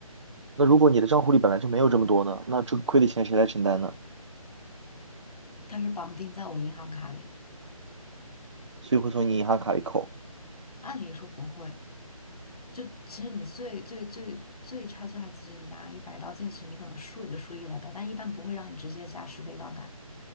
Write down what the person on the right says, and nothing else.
那如果你的账户里本来就没有这么多呢，那这个亏的钱谁来承担呢？
所以会从你银行卡里扣。